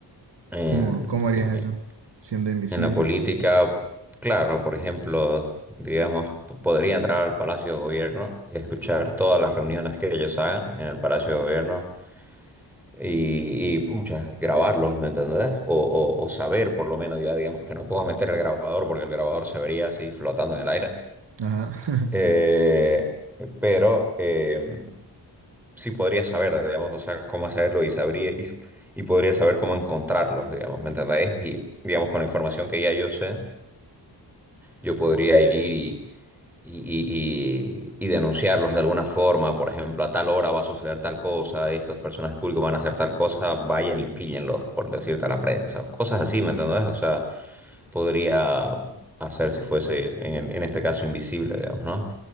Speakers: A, in the centre; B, on the right.
A: en,
B: ¿Cómo, cómo harías
A: en-
B: eso? Siendo invisible.
A: en la política. Claro, por ejemplo, digamos, p- podría entrar al Palacio de Gobierno, escuchar todas las reuniones que ellos hagan en el Palacio de Gobierno y, y pucha, grabarlos, ¿me entendés? O, o o saber, por lo menos, ya digamos que no puedo meter el grabador porque el grabador se vería así flotando en el aire.
B: Ajá. <laughs>
A: Eh, pero, em, sí podría saber, digamos, o sea, cómo hacerlo y sabría y, y podría saber cómo encontrarlos, digamos, ¿me entendéis? Y digamos, con la información que ya yo sé. Yo podría ir y, y, y- y- y denunciarlos de alguna forma, por ejemplo, a tal hora va a suceder tal cosa, estos personajes públicos van a hacer tal cosa, vayan y píllenlos, por decirte a la prensa, cosas así, ¿me entendés? O sea, podría hacer si fuese, en, el- en este caso, invisible, digamos, ¿no?